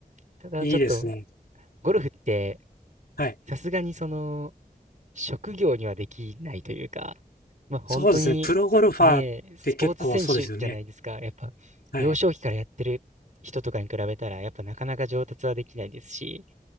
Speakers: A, on the right (about 50°); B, on the left (about 75°).
A: ただちょっと、
B: ーいいですね。
A: ゴルフって、
B: はい。
A: さすがにその、職業にはできないというか、まあ本当にね、
B: そうですね。プロゴルファーって結構そうですよね。
A: スポーツ選手じゃないですか。やっぱ、
B: はい。
A: 幼少期からやってる人とかに比べたら、やっぱなかなか上達はできないですし、